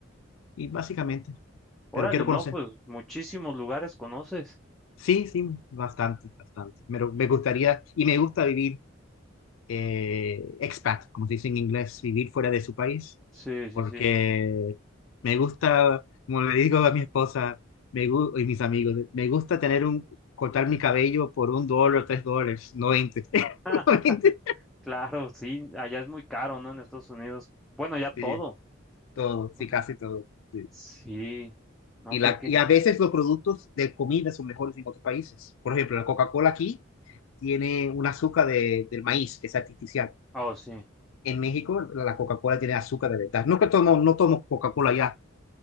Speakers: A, on the left (about 75°); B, in the centre.
A: y básicamente,
B: Órale,
A: pero quiero
B: no,
A: conocer.
B: pues muchísimos lugares conoces.
A: Sí, sí, bastante, bastante. Pero me gustaría y me gusta vivir eh, expat, como se dice en inglés, vivir fuera de su país,
B: Sí, sí,
A: porque
B: sí.
A: me gusta, como le digo a mi esposa me gu- y mis amigos, me gusta tener un, cortar mi cabello por un dólar o tres dólares, no 20. <laughs>
B: <laughs>
A: No 20.
B: Claro, sí, allá es muy caro, ¿no? En Estados Unidos. Bueno, ya todo.
A: Sí, todo, sí,
B: Ajá.
A: casi todo. sí.
B: Sí. No,
A: Y,
B: pues
A: la,
B: qué.
A: y a veces los productos de comida son mejores en otros países. Por ejemplo, la Coca-Cola aquí tiene un azúcar de- del maíz, que es artificial.
B: Oh, sí.
A: En México, la Coca-Cola tiene azúcar de verdad. No que tomo, no tomo Coca-Cola ya,